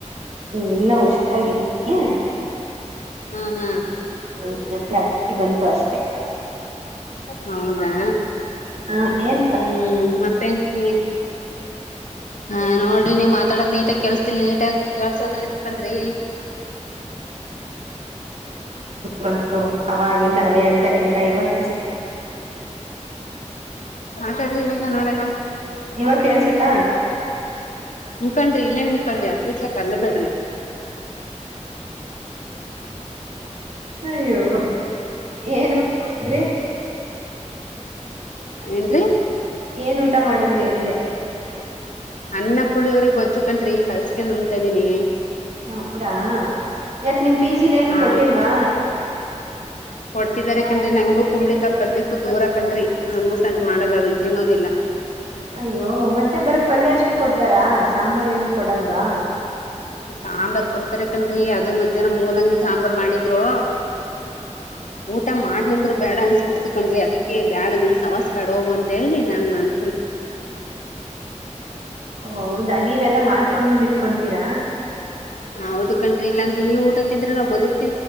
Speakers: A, on the right; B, on the left.
A: ಹ್ಮ್ ಇಲ್ಲ ಹುಷಾರಾಗಿದೀನಿ.
B: ಹ್ಮ್ ಹ್ಮ್.
A: <unintelligible> ಬಂತು ಅಷ್ಟೇ.
B: ಹೌದಾ
A: ಹ ಏನ್
B: ಹ್ಮ್ ಮತ್ತೆ. ಹ್ಮ ಹಾ ನೋಡ್ರಿ ನೀವ್ ಮಾತಾಡೋಡ್ ನೀಟಾಗಿ ಕೇಳ್ಸ್ತಿಲ್ ನೀಟಾಗಿ ಕೇಳ್ಸತರ ನಿಂತ್ಕೊಳ್ರಿ.
A: ಬಂತು ಅವಗಿಂದ ಅದೇ ಹೇಳ್ತಾ ಇದ್ದೀರಾ ಇವಾಗ್ ಕೆಳ್ಸುತ್
B: ಮಾತಾಡ್ರಿ ಇವಾಗ ನೋಡೋಣ
A: ಇವ ಕೇಳ್ಸುತ್ತಾ
B: ಹಂಖಂಡ್ರಿ ಇಲ್ಲೇ ನಿಂತ್ಕಳ್ರಿ ಅತ್ ಇತ್ಲ ಕಲ್ಲ ಬಿೇಡ್ರಿ
A: ಅಯ್ಯೋ ಏನ್ ಅಂದ್ರೆ
B: ಏನ್ರೀ
A: ಏನ್ ಊಟ ಮಾಡುದ್ರಿ ಎಂದೆ
B: <inaudible> ಪುಳಿಯವ್ರಗ್ ಗಜ್ಜು ಕಂಡ್ರಿ ಕಸ್ಕೊಂಡ್ ನುಂಗ ತ ಇದ್ದಿನಿ ಹ್ಮ
A: ಹ ಹೌದಾ ಯಾಕ ನಿಮ ಫಿಜಿಲೇನು
B: ಹಾ
A: ಕೊಟ್ಟಿಲ್ವಾ
B: ಹಟ್ಟಿದ್ದಾರೆ ಕಂಡ್ರಿ ನಂಗೂ ಕುಮ್ಳಿಕಯಿ ಪಲ್ಯಕ್ಕೂ ದೂರ ಕಂಡ್ರಿ ನಾ ರ್ ಸಚ್ ಮಾಡಲ್ಲ ಅದನ್ ತಿನ್ನೋದಿಲ್ಲ
A: ಅಯ್ಯೋ ಮತ್ತೆ ಬರ ಪಲ್ಯ ಅಷ್ಟೇ ಕೊಡ್ತಾರಾ ಸಾಂಬಾರ ಏನು ಕೊಡಲ್ವಾ
B: ಸಾಂಬಾರ್ ಕೊಡ್ತಾರೆ ಕಣ್ರಿ ಅದು ಮಧ್ಯಾಹ್ನ ಮೂಲಂಗಿ ಸಾಂಬಾರ್ ಮಾಡಿದ್ರು ಊಟ ಮಾಡ್ಲಿಂದ್ರು ಬೇಡ ಅನ್ಸ್ಬಿಡ್ತಿ ಕೊಂಡ್ರಿ ಅದಕ್ಕೆ ಬ್ಯಾಡ ನಿನ್ ಸವಾಸಸ್ ಬ್ಯಾಡ್ ಹೋಗುವ ಅಂತ ಹೇಳಿ ನಾನನ್
A: ಓ ಹೌದಾ ನೀವೆಲ್ಲಾ ಮಾಡ್ಕೊಂಡ್ ಬಂದ್ ಇಟ್ಕೊಂತೀ ತೀರ
B: ಹಾ ಹೌದು ಕಂಡ್ರಿ ಇಲ್ಲಾಂದ್ರ ಈ ಊಟತ್ತಿಂದ್ರ ನವು ಬದುಕ್